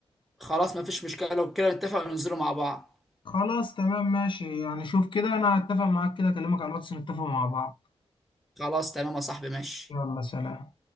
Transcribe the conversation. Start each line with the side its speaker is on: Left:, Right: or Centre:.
Centre: خلاص مفيش مشكله لو كده نتفق وننزله مع بعض
Left: خلاص تمام ماشي يعني شوف كده انا هتفق معاك كده اكلمك على الواتس نتفق مع بعض
Centre: خلاص تمام يا صاحبي ماشي
Left: يلا سلام